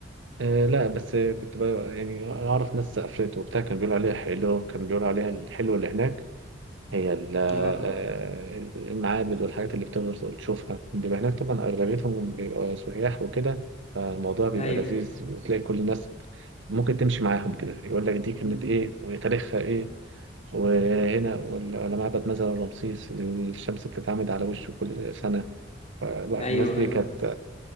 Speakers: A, on the right; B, on the left.
A: آه لا بس كنت بقى يعني أعرف ناس سافرت وبتاع كانوا بيقولوا عليها حلوة كانوا بيقولوا عليها الحلوة اللي هناك هي ال- آه،
B: اه
A: المعابد والحاجات اللي بتفضل تشوفها بيبقى هناك طبعا أغلبيتهم بيبقى سياح وكده فالموضوع بيبقى
B: ايوه
A: لذيذ وتلاقي كل الناس ممكن تمشي معاهم كده يقول لك دي كانت إيه وتاريخها إيه وهنا وال- ولا معبد مثلا رمسيس الشمس بتتعمد على وشه كل سنة فلا
B: ايوه
A: الناس دي
B: ايوه
A: كانت